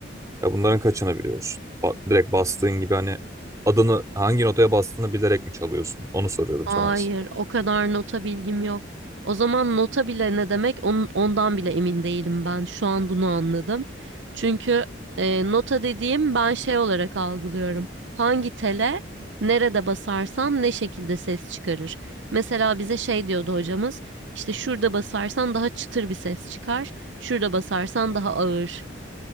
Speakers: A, on the right; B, on the right.
A: Ya bunların kaçını biliyorsun? Ba- direkt bastığın gibi hani adını hangi notaya bastığını bilerek mi çalıyorsun? Onu soruyorum
B: Hayır,
A: sana aslında.
B: o kadar nota bilgim yok. O zaman nota bile ne demek onun, ondan bile emin değilim ben. Şu an bunu anladım. Çünkü e, nota dediğim ben şey olarak algılıyorum. Hangi tele nerede basarsam ne şekilde ses çıkarır. Mesela bize şey diyordu hocamız. İşte şurada basarsan daha çıtır bir ses çıkar. Şurada basarsan daha ağır.